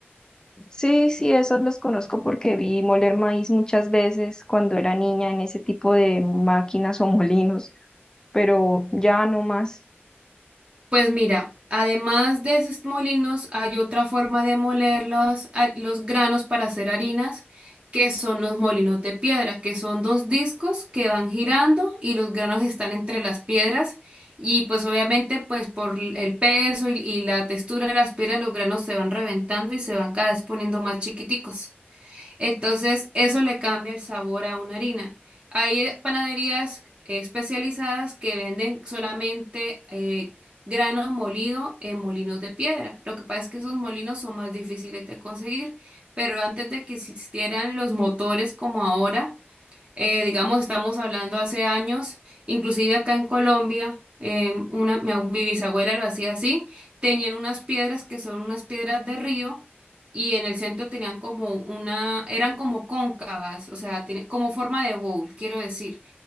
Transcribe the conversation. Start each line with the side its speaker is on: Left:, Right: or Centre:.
Left: Sí, sí, esos los conozco porque vi moler maíz muchas veces cuando era niña en ese tipo de máquinas o molinos, pero ya no más.
Right: Pues mira, además de esos molinos, hay otra forma de moler los, a- los granos para hacer harinas, que son los molinos de piedra, que son dos discos que van girando y los granos están entre las piedras y pues obviamente pues por l- el peso y, y la textura de las piedras los granos se van reventando y se van cada vez poniendo más chiquiticos. Entonces, eso le cambia el sabor a una harina. Hay eh, panaderías especializadas que venden solamente eh, grano molido en molinos de piedra. Lo que pasa es que esos molinos son más difíciles de conseguir, pero antes de que existieran los motores como ahora, eh, digamos, estamos hablando hace años, inclusive acá en Colombia, eh, una, mi, abu- mi bisabuela lo hacía así, tenían unas piedras que son unas piedras de río y en el centro tenían como una, eran como cóncavas, o sea, tiene- como forma de bowl, quiero decir,